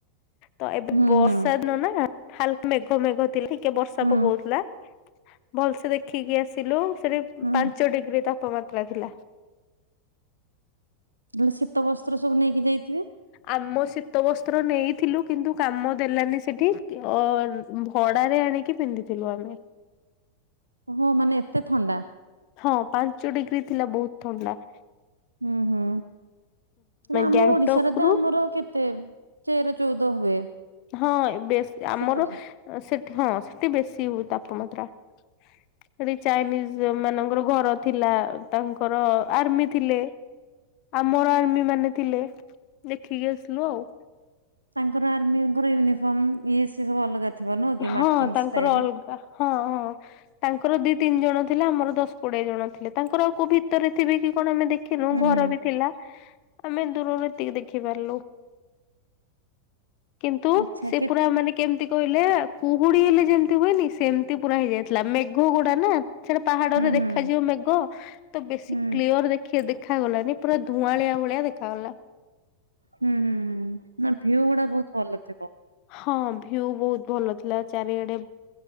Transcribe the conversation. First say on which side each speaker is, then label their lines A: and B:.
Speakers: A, on the left; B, on the right.
A: ତ ଏବେ
B: ହୁଁ
A: ବର୍ଷା
B: ହୁଁ
A: ଦିନ ନା ହାଲ୍ ମେଘ ମେଘ ଥିଲା ଟିକେ ବର୍ଷା
B: ହୁଁ
A: ପକଉଥିଲା। ଭଲସେ ଦେଖିକି ଆସିଲୁ ସେଠି
B: ହୁଁ
A: ପାଞ୍ଚ ଡିଗ୍ରୀ ତାପମାତ୍ରା ଥିଲା।
B: ହେଲେ ଶୀତ ବସ୍ତ୍ର ସବୁ ନେଇକି ଯାଇଥିବେ
A: ଆମ ଶୀତ ବସ୍ତ୍ର ନେଇଥିଲୁ କିନ୍ତୁ କାମ ଦେଲାନି ସେଠି ଅର୍ ଭଡ଼ା ରେ ଆଣିକି ପିନ୍ଧିଥିଲୁ ଆମେ।
B: ହୋ ହୋ ମାନେ ଏତେ ଥଣ୍ଡା।
A: ହଁ ପାଞ୍ଚ ଡିଗ୍ରୀ ଥିଲା ବହୁତ୍ ଥଣ୍ଡା।
B: ହୁଁ ହୁଁ ହେନେ ଆମ
A: ଗ୍ୟାଙ୍ଗଟକ
B: ଓଡିଶାରେତ
A: ରୁ
B: ଆମର କେତେ ତେର ଚଉଦ ହୁଏ
A: ହଁ ବେଶ୍ ଆମର
B: ଶୀତଦିନେ
A: ସେଠି ହଁ ସେଠି ବେଶୀ ହୁଏ ତାପମାତ୍ରା। ସେଠି ଚାଇନିଜ୍ ମାନଙ୍କର ଘର ଥିଲା ତାଙ୍କର ଆର୍ମି ଥିଲେ। ଆମର ଆର୍ମି ମାନେ ଥିଲେ ଦେଖିକି ଆସିଲୁ ଆଉ।
B: ତାଙ୍କର ଆର୍ମିଙ୍କର ୟୁନିଫର୍ମ ଇଏ ସିଏ ସବୁ ଅଲଗା ଥିବ ନୁହଁକି
A: ହଁ
B: ମାର୍ଚିଂ
A: ତାଙ୍କର
B: ଷ୍ଟାଇଲ୍?
A: ଅଲଗା ହଁ ହଁ। ତାଙ୍କର ଦି ତିନି ଜଣ ଥିଲେ ଆମର ଦଶ କୋଡ଼ିଏ ଜଣ ଥିଲେ ତାଙ୍କର ଆଉ କୋଉ ଭିତରେଥିବେକି କଣ ଆମେ ଦେଖ ଦେଖିନୁ
B: ହୁଁ
A: ଘରବି
B: ହୁଁ
A: ଥିଲା ଆମେ ଦୂରରୁ ଏତିକି ଦେଖି ପାରିଲୁ। କିନ୍ତୁ
B: ଆଚ୍ଛା
A: ସେ
B: କେ
A: ପୁରା ମାନେ କେମିତି କହିଲେ କୁହୁଡ଼ି ହେଲେ ଯେମିତି ହୁଏନି ସେମିତି ପୁରା ହେଇଯାଇଥିଲା ମେଘ ଗୁଡ଼ାନା। ସେଟା ପାହାଡ଼ରେ
B: ହୁଁ
A: ଦେଖାଯିବ
B: ହୁଁ
A: ମେଗ ତବେଶୀ
B: ହୁଁ
A: କ୍ଲିୟର ଦେଖି ଦେଖାଗଲାନି ପୁରା ଧୁଆଁଳିଆ ଭଳିଆ ଦେଖାଗଲା।
B: ହୁଁ ହୁଁ ହୁଁ ନା ଭିଉ ଗୁଡ଼ା ବହୁତ୍ ଭଲ ଥିବ।
A: ହଁ ଭିୟୁ ବହୁତ୍ ଭଲ ଥିଲା ଚାରିଆଡ଼େ